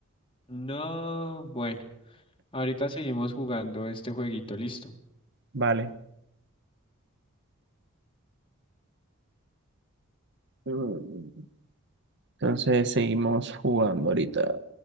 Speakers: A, on the left; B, on the right.
A: No, bueno, ahorita seguimos jugando este jueguito, listo.
B: Vale. Mm, Entonces seguimos jugando ahorita.